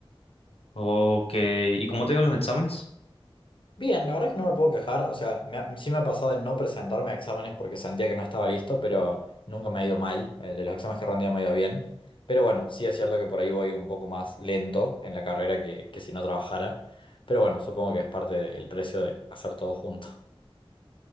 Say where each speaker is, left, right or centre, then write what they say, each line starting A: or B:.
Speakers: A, on the left; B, on the left.
A: Ok, ¿y cómo te iban los exámenes?
B: Bien, la verdad es que no me puedo quejar, o sea, me ha- sí me ha pasado de no presentarme a exámenes porque sentía que no estaba listo, pero nunca me ha ido mal. eh, de los exámenes que he rendido me ha ido bien. Pero bueno, sí es cierto que por ahí voy un poco más lento en la carrera que, que si no trabajara. Pero bueno, supongo que es parte del precio de hacer todo junto.